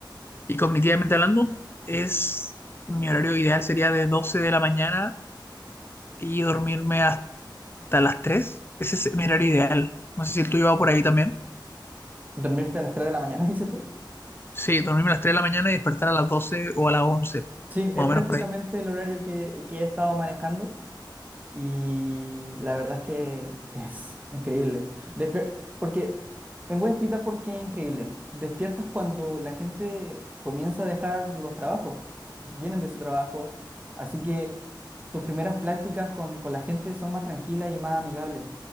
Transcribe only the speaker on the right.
¿Dormirte a las tres de la mañana, <laughs> dices tú?
Sí,
es
prácticamente
el horario que, que he estado manejando. Y la verdad es que es increíble. Despier- porque me voy a explicar por qué es increíble. Despiertas cuando la gente comienza a dejar los trabajos, s- vienen de su trabajo, así que tus primeras prácticas con, con la gente son más tranquilas y más amigables.